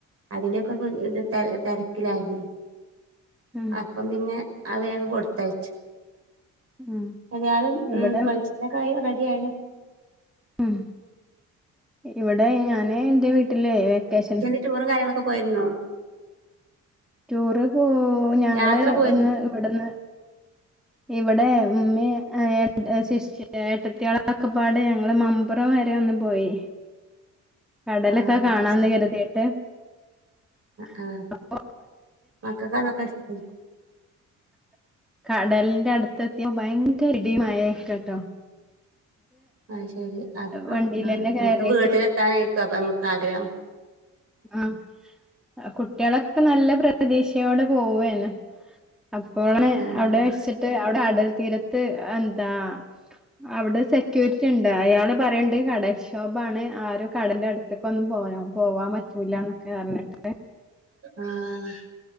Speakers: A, on the right; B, in the centre.
A: അതിൻ്റൊക്കെ ത് തെര തെര ക്ക്ലായിരുന്നു
B: ഉം
A: അപ്പം പിന്നെ അഹ് വേഗം കൊടുത്തയച്ചു
B: ഉം
A: എത്യാലും
B: ഇവിടെ
A: ഉം വെളിച്ചെണ്ണക്കായി റെഡി ആയിണ്
B: ഉം ഇവടെ ഞാന് എന്റെ വീട്ടിലേ വെക്കേഷൻ
A: ട്ടൂറും കാര്യങ്ങളൊക്കെ പോയിരുന്നോ
B: ട്ടൂറ് പോ ഞങ്ങള്
A: യാത്ര പോയിരുന്നു
B: ഒന്ന് ഇവിടന്ന് ഇവടെ ഉമ്മീ ഏഹ് ശിഷ് ഏട്ടത്ത്യെളൊക്കെ പ്പാടെ ഞങ്ങള് മം മ്പുറം വരെ ഒന്ന് പോയി കടലൊക്കെ
A: ആ
B: കാണാന്ന്
A: അത് ശരി
B: കരുതീട്ട്. <unintelligible>
A: ആ മക്കൾക്ക് അതൊക്കെ ഇഷ്ടാ
B: കടല്ന്റെ അടുത്തെത്ത്യപ് ഭയങ്കര ഇടി മഴക്കെട്ടോ
A: അഹ് ശരി അഹ് അഹ് ആഹ്
B: വണ്ടിയിലന്നെ
A: നമ്മുക്ക്
B: കയറിട്ട്
A: വീട്ടിലെത്താനയിക്കും. അപ്പൊ നമ്മക്ക് ആഗ്രഹം.
B: ആഹ് കുട്ട്യേളൊക്കെ നല്ല പ്രതീക്ഷയോടെ പോവേന്ന്. അപ്പോണ്
A: ആഹ്
B: അവിടെ വെച്ചിട്ട് അവടെ അടൽ തീരത്ത് എന്താ അവിടെ സെക്യൂരിറ്റി ഇണ്ട് അയാള് പറയണ്ട് കടൽക്ഷോഭാണ് ആരും കടന്റെ അടു ത്ത്ക്കൊന്നും പോനോ പോവാൻ പറ്റൂല്ലന്നൊക്കെ പറ്ഞ്ഞിട്ട്.
A: ആഹ്